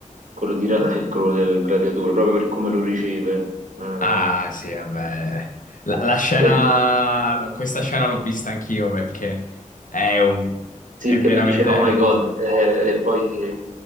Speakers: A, on the right; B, on the left.
A: quello di Russell Crowe del Gladiatore, proprio per come lo riceve. eh.
B: Ah, sì, vabbè. La, la scena,
A: <laughs>
B: questa scena l'ho vista anch'io perché è un,
A: Sì,
B: è veramente
A: che lui dice Oh
B: epica.
A: my God, eh, e poi